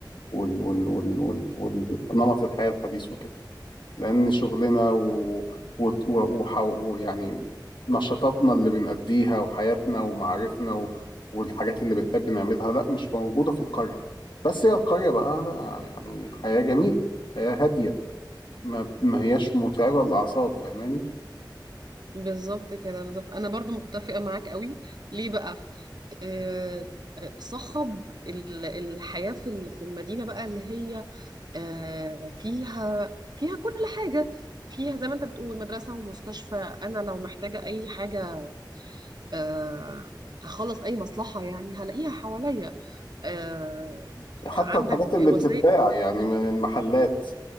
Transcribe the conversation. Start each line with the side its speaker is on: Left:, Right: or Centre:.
Left: وال... وال... وال... وال... وال... نمط الحياة الحديث وكده لأن شغلنا و... و... و... وح... يعني نشاطاتنا اللي بنأديها وحياتنا ومعارفنا و... والحاجات اللي بنحب نعملها لا مش موجودة في القرية بس هي القرية بقى لا يعني حياة جميلة حياة هادية ما, ما هياش متعبة للأعصاب فاهماني
Right: بالظبط كده بالظبط انا برضو متفقة معاك قوي ليه بقى آه آه، صخب ال- الحياة في ال- في المدينة بقى اللي هي آه فيها فيها كل حاجة فيها زي ما انت بتقول مدرسة ومستشفى انا لو محتاجة اي حاجة آه هخلص اي مصلحة يعني هلاقيها حواليا آه،
Left: حتى
Right: عندك
Left: الحاجات اللي
Right: وسائل
Left: بتتباع يعني من المحلات